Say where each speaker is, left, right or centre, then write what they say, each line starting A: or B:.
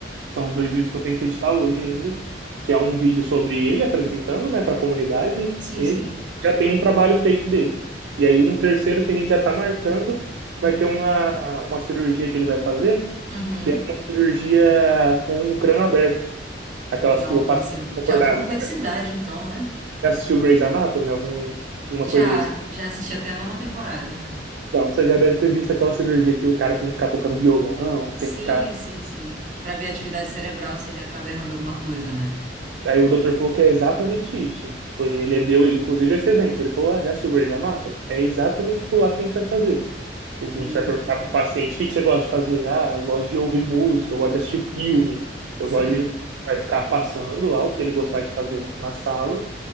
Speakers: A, on the right (about 80°); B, on the right (about 45°).
A: São os dois vídeos que eu tenho que editar hoje ainda. Que é um vídeo sobre ele apresentando, né, para a comunidade.
B: Sim,
A: Ele
B: sim.
A: já tem um trabalho feito dele. E aí um terceiro que a gente já tá marcando vai ter uma, uma cirurgia que ele vai fazer
B: Uhum.
A: que é uma cirurgia com o crânio aberto, aquelas
B: Nossa,
A: que o paciente
B: de
A: fica acordado.
B: alta complexidade, então, né?
A: Já assistiu Grey's Anatomy, algum, alguma
B: Já,
A: coisa desse?
B: já assisti até a nona temporada.
A: Então, você já deve ter visto aquela cirurgia que o cara tem que ficar tocando violão,
B: Sim,
A: tem que ficar.
B: sim, sim. Pra ver a atividade cerebral se ele acaba errando alguma coisa, né?
A: Aí o doutor falou que é exatamente isso. Tipo, ele, ele deu, inclusive, esse exemplo. Ele falou, ah, já assistiu Grey's Anatomy? É exatamente tipo lá que a gente vai fazer. A gente
B: Eita.
A: vai perguntar pro paciente, o que que você gosta de fazer? Ah, eu gosto de ouvir música, eu gosto de assistir filme, eu
B: Sim.
A: gosto de... Vai ficar passando lá o que ele gostar de fazer na sala